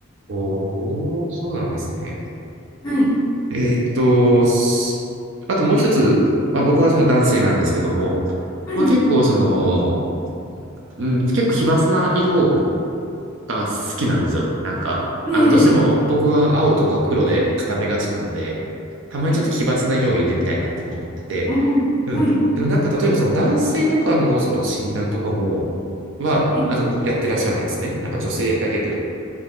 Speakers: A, on the right; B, on the left.
A: おー、そうなんですね。
B: はい。
A: えーっと、すあともう一つ、まあ、僕はその男性なんですけども、
B: はい。
A: まあ、結構その、うん、結構奇抜な色が好きなんですよ。なんか、
B: で、
A: あの、どうしても僕は青とか黒で固めがちなので、たまにちょっと奇抜な色を入れてみたいなって思ってて、
B: はい。おお、
A: うん。
B: はい。
A: でもなんか例えばその男性とかのその診断とかも、は、
B: はい。
A: あの、やってらっしゃらないですね。なんか女性だけという。